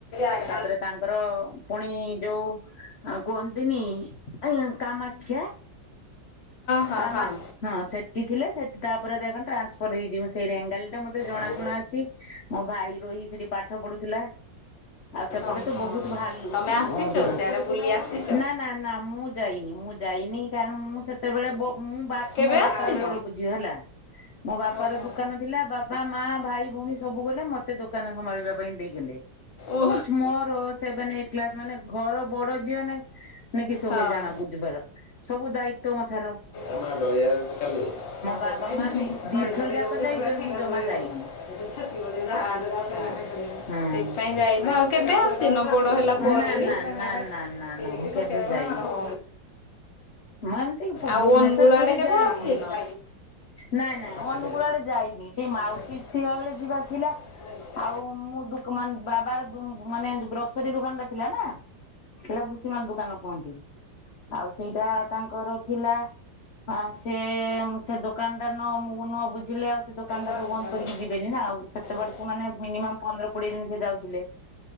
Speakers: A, on the left (about 75°); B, on the left (about 55°).
A: ହଁ
B: ତାପରେ ତାଙ୍କର ପୁଣି ଯୋଉ ଆଉ କୁହନ୍ତିନି ଏ କାମାକ୍ଷା
A: ହଁ
B: କାମା
A: ହଁ।
B: ହଁ ସେଠି ଥିଲେ ସେ ତାପରେ ଦେଖ ଟ୍ରାନ୍ସଫର ହେଇଛି ମୁଁ ସେଇ ରେଙ୍ଗାଲୀ ଟା ମୋତେ ଜଣାଶୁଣା
A: ଓହୋ
B: ଅଛି ମୋ ଭାଇ ରହି ସେଠି ପାଠ ପଢୁ ଥିଲା ଆଉ ସେପଟେ
A: ଓହୋ
B: ତ ବହୁତ ଭାଲ
A: ତମେ ଆସିଛ
B: ଥିବ
A: ସିଆଡ଼େ ବୁଲି ଆସିଛ?
B: <unintelligible> ନା ନା ନା ମୁଁ ଯାଇନି ମୁଁ ଯାଇନି କାରଣ ମୁଁ ସେ ସେତବେଳେ ମୁଁ ମ
A: କେବେ
B: ମୋ ବାପାର
A: ଆସିନ?
B: ବଡ ଝିଅ ହେଲା। ମୋ ବାପାର
A: ଓହୋ।
B: ଦୁକାନ ଥିଲା ବାପା ମା ଭାଇ ଭଉଣୀ ସବୁ ଗଲେ ମତେ ଦୋକାନ ସମ୍ଭାଳିବା ପାଇଁ ଦେଇଗଲେ।
A: ଓ
B: କହୁଛି ମୋର ସେଭେନ୍ ଏଇ ଟ୍ କ୍ଲାସ୍ ମାନେ ଘର ବଡ ଝିଅ ମାନେ କିସ
A: ହଁ।
B: ହୁଏ ଜାଣ ବୁଧବାର ସବୁ ଦାୟ ତ୍ୱ ତମଥର
A: ଅ ଦୟା ବା ସେତବେଳେ <unintelligible>
B: ବାବା ମା ଦି ଦିଥର ଯାକ ଯାଇଛନ୍ ମୁଁ ଜମା ଯାଇନି
A: ଆଛା
B: ହୁଁ।
A: ସେଥିପାଇଁ ଯାଇନ ଆଉ କେବେ ଆସିନ ବଡ ହେଲା ପରେ
B: ନା
A: ବି
B: ନା ନା ନା ନା ନା ମୁଁ କେବେ ଯାଇନି।
A: ଓହୋ
B: ମୁଁ ଏମିତି ଭୁବନେଶ୍ଵର
A: ଆଉ ଅନୁଗୁଳ
B: ପୁରୀ
A: ଆଡେ କେବେ
B: ଯାଇଛି।
A: ଆସିନ
B: ନାଇଁ ନାଇଁ
A: ଏଇଟା
B: ଅନୁଗୁଳ୍
A: ହୁଁ,
B: ଆଡେ ଯାଇନି ସେ ମାଉସୀ
A: କାଟିଦେଲି।
B: ସେଇଆ ବେଳେ
A: ହୁଁ।
B: ଯିବାର ଥିଲା
A: ଏଇଟା
B: ଆଉ ମୁଁ ବାବାର ମାନେ ଗ୍ରୋସରୀ ଦୋକାନରେ ଥିଲା ନା ସେଇଟା ଭୁଷିମାଲ ଦୋକାନ କୁହନ୍ତି। ଆଉ ସେଇଟା ତାଙ୍କର ଥିଲା ସେ ସେ ଦୋକାନଟାର ନ ମୁଁ ନୁହଁ ବୁଝ ଝିଲେ ଆଉ ସେ ଦୋକାନ ଟା
A: କାଟିଦେଲି।
B: ତ ବନ୍ଦ କରିକି
A: ହୁଁ।
B: ଯିବେନି ନା ଆଉ ସେତେ ବାଟକୁ
A: ଆ
B: ମାନେ ମିନିମମ୍ ପନ୍ଦର କୋଡିଏ ଦିନ ସେ ଯାଉଥିଲେ।